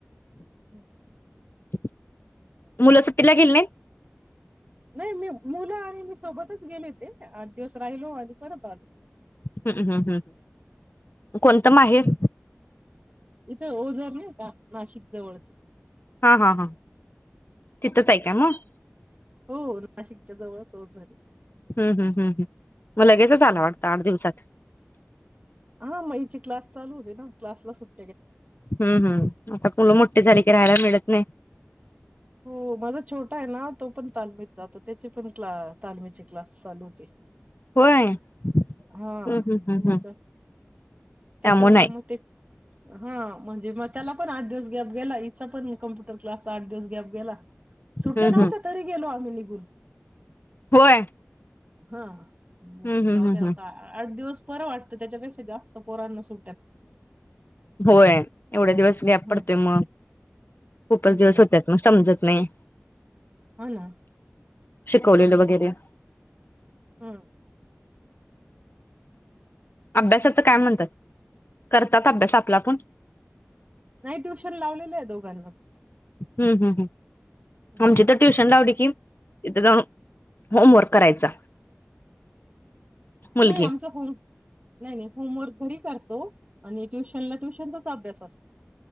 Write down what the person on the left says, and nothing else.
<unintelligible> मुलं सुट्टीला गेली नाहीत?
ह, ह, कोणत माहेर.
हा हा हा तिथेच आहे का मग?
हम्म हम्म मग लगेचच
आला वाटत दोन दिवसात.
हम्म हम्म आता मुलं मोठी झाली की राहायला मिळतं नाही.
होय
हम्म हम्म हम्म
हम्म
त्यामुळे
नाही
हम्म
हम्म
होय.
हम्म हम्म
हम्म
हम्म
होय एवढ्या दिवस गॅप
पडतय म खूपच
दिवस
होत्यात न समजत नाही
शिकवलेल वगैरे
अभ्यासाच काय मनतात करतात अभ्यास आपला आपूण
अं, हं, हं, हं
आमची तर ट्युशन लावली की तिथं जाऊन होमवर्क करायचा. मुलगी